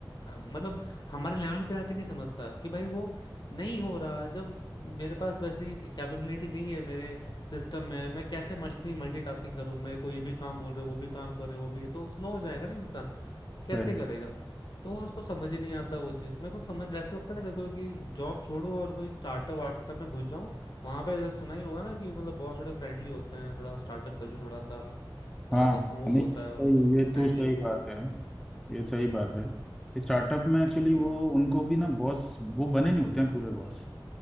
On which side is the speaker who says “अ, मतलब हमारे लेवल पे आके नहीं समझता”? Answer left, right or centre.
Left